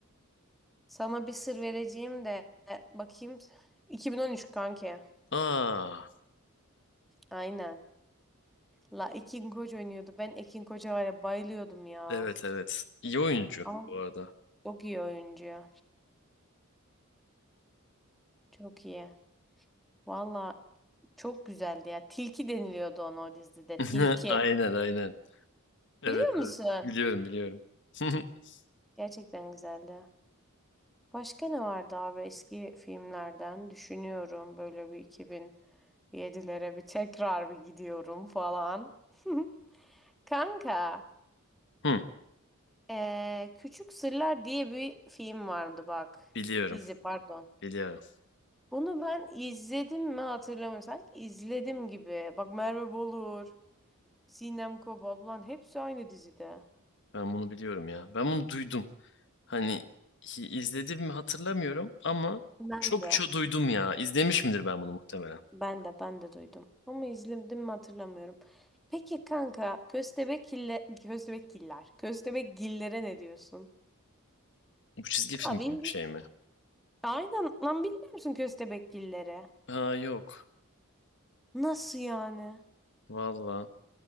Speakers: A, in the centre; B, on the left.
A: sana bir sır vereceğim de bakayım. 2013 kanki.
B: Aa,
A: Aynen. La Ekin Koç oynuyordu. Ben Ekin Koç'a var ya bayılıyordum ya.
B: evet evet. İyi oyuncu
A: Aa.
B: bu arada.
A: Çok iyi oyuncu. Çok iyi. Valla çok güzeldi ya. Tilki deniliyordu ona o dizide.
B: <laughs>
A: Tilki.
B: Aynen aynen. Evet
A: Biliyor musun?
B: evet. Biliyorum biliyorum. <laughs>
A: Gerçekten güzeldi. Başka ne vardı abi eski filmlerden? Düşünüyorum böyle bir iki bin yedilere bir tekrar bir gidiyorum falan. <laughs> Kanka,
B: Hı,
A: eee, Küçük Sırlar diye bir film vardı bak.
B: biliyorum
A: Dizi pardon.
B: biliyorum.
A: Bunu ben izledim mi hatırlamıyorum. Sanki izledim gibi. Bak Merve Bolur, Sinem Kobal. Ulan hepsi aynı dizide.
B: Ben bunu biliyorum ya. Ben bunu duydum. Hani hi- izledim mi hatırlamıyorum ama
A: Ben
B: çok
A: de,
B: çok duydum ya. İzlemiş midir ben bunu muhtemelen?
A: ben de, ben de duydum. Ama izledim mi hatırlamıyorum. Peki kanka, köstebekille, köstebekgiller, köstebekgillere ne diyorsun?
B: Bu çizgi film
A: Abi,
B: gibi
A: İngiliz-
B: bir şey mi?
A: aynen lan bilmiyor musun köstebekgilleri?
B: Ha yok.
A: Nasıl yani?
B: Valla